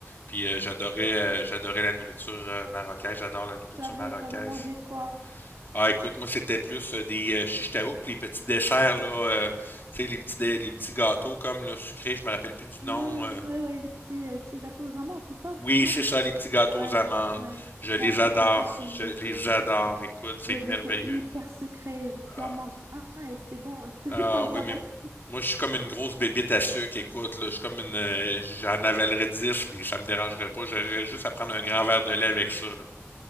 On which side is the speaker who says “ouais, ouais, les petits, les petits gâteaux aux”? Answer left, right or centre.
Right